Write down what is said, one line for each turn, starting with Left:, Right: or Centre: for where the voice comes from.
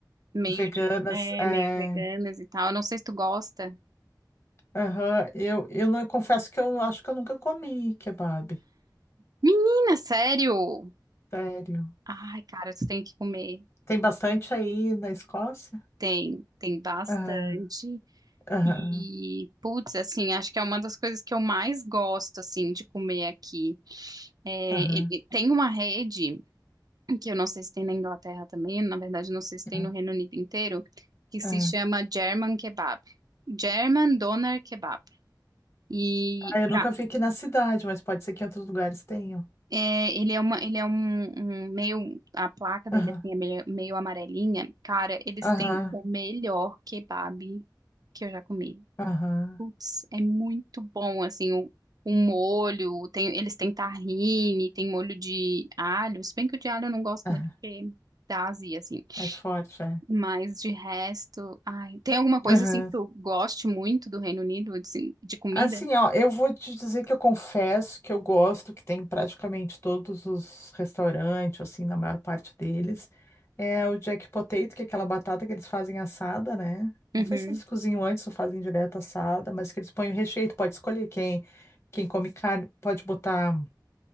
Right: meio,
Left: Veganas,
Right: tipo, é,
Left: é.
Right: meio veganas e tal. Eu não sei se tu gosta.
Left: Aham. Eu, eu não eu confesso que eu acho que eu nunca comi kebab.
Right: Menina, sério?
Left: Sério.
Right: Ai, cara, tu tem que comer.
Left: Tem bastante aí na Escócia?
Right: Tem, tem bastante.
Left: Aham. Aham,
Right: E, putz, assim, acho que é uma das coisas que eu mais gosto, assim, de comer aqui. É,
Left: aham,
Right: e- e tem uma rede, que eu não sei se tem na Inglaterra também, na verdade, não sei se tem
Left: aham,
Right: no Reino Unido inteiro, que se
Left: é.
Right: chama German Kebab. German Doner Kebab. E
Left: Ah, eu
Right: ca-
Left: nunca vi aqui na cidade, mas pode ser que em outros lugares tenham.
Right: é, ele é uma, ele é um, um meio, a placa dele,
Left: Aham,
Right: assim, é meio, meio amarelinha. Cara, eles
Left: aham,
Right: têm o melhor kebab que eu já comi.
Left: aham,
Right: Putz, é muito bom, assim, o, o molho, tem, eles têm tahine, tem molho de alho, se bem que o de alho eu não gosto
Left: aham,
Right: muito porque dá azia, assim,
Left: mais forte, é.
Right: mas de resto, ai, tem alguma coisa,
Left: Aham.
Right: assim, que tu goste muito do Reino Unido, assim, de comida?
Left: Assim, ó, eu vou te dizer que eu confesso que eu gosto que tem em praticamente todos os restaurantes, assim, na maior parte deles. É o jack potato, que é aquela batata que eles fazem assada, né?
Right: Uhum,
Left: Não sei se eles cozinham antes ou fazem direto assada, mas que eles põem o recheio, tu pode escolher quem, quem come carne, pode botar.